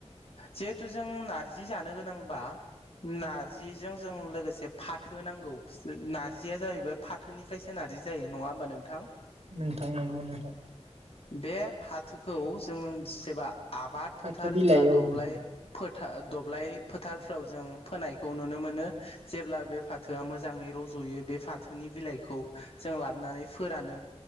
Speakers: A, on the left; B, on the right.
A: जिहेथु जों नार्जि जानो गोनांबा नारजिजों जों लोगोसे फाथो नांगौ नार्जिया जाहैबाय फा थोनिफ्रायसो नारजि जायो नङा होमबा नोंथां।
B: नोंथां नंगौ नोंथां।
A: बे फाथोखौ जों सेबा आबाद
B: फाथो
A: फोथार
B: बिलाइ
A: बा
B: औ
A: दब्लाय
B: नोंथां
A: फोथ था दब्लाय फोथारफ्राव जों फोनायखौ नुनो मोनो जेब्ला बे फाथोआ मोजाङै रज'यो बे फाथोनि बिलाइ खौ जों लाबोनानै फोरानो।